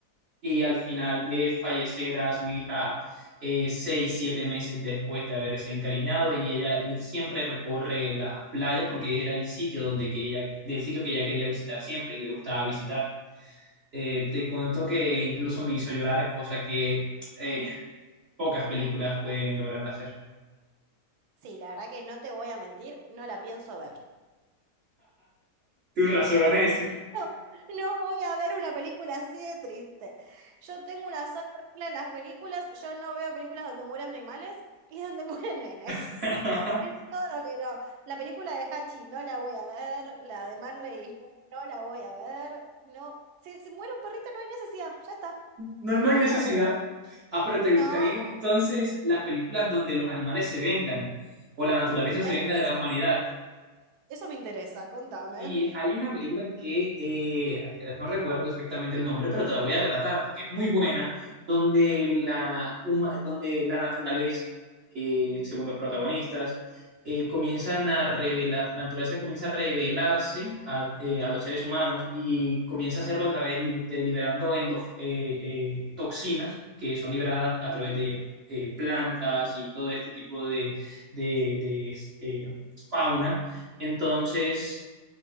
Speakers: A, on the right; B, on the right.
A: y al final ve fallecer a su hija eh, seis, siete meses después de haberse encariñado y ella y él siempre recorre la playa porque era el sitio donde que ella, del sitio que ella quería visitar siempre y le gustaba visitar. Eh, te cuento que incluso me hizo llorar, cosa que eh, pocas películas pueden lograr hacer.
B: Sí, la verdad que no te voy a mentir, no la pienso ver.
A: Tus razones.
B: No, <laughs> no, no voy a ver una película así de triste. Yo tengo una sola regla en las películas, yo no veo películas donde mueren animales y donde <laughs> mueren nenes.
A: <laughs>
B: Es todo que no. La película de Hachi no la voy a ver, la de Marley y yo no la voy a ver. No, si se muere un perrito no hay necesidad, ya está.
A: No, no
B: No
A: hay necesidad.
B: la voy a
A: Ah, pero ¿te
B: No,
A: gustarían entonces las películas donde los animales se vengan o la naturaleza
B: eso
A: se venga
B: es.
A: de la humanidad?
B: Eso me interesa, contame.
A: Y hay una película que eh, no recuerdo exactamente el nombre, pero te la voy a relatar porque es muy buena, donde la, huma- donde la naturaleza, eh, según los protagonistas, eh, comienzan a revelar, la naturaleza comienza a revelarse a, eh, a los seres humanos y comienza a hacerlo a través li- de liberando endo- eh, eh, toxinas que son liberadas a través de eh, plantas y todo este tipo de, de, de, eh, fauna. Entonces